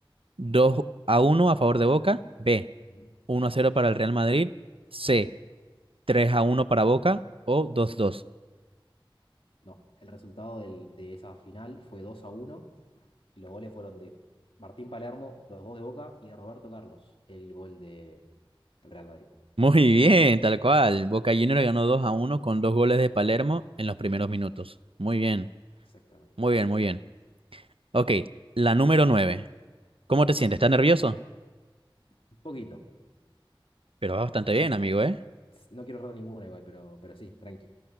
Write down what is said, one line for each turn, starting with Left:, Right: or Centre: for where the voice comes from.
Right: 2 a uno a favor de Boca. B,
Left: Ujú.
Right: uno a cero para el Real Madrid. C, 3 a uno para Boca. O dos dos
Left: No. El resultado del- de esa final fue 2 a uno Y los goles fueron de Martín Palermo, los dos de Boca, y de Roberto Carlos, el gol de el Real Madrid.
Right: Muy bien, tal cual. Boca Juniors ganó 2 a uno con dos goles de Palermo en los primeros minutos. Muy bien,
Left: Exactamente.
Right: muy bien, muy bien. Ok, la número nueve ¿Cómo
Left: A
Right: te sientes?
Left: ver,
Right: ¿Estás nervioso?
Left: un poquito.
Right: Pero va bastante bien,
Left: N-
Right: amigo, ¿eh?
Left: No quiero errar ninguna igual, pero, pero sí, tranqui.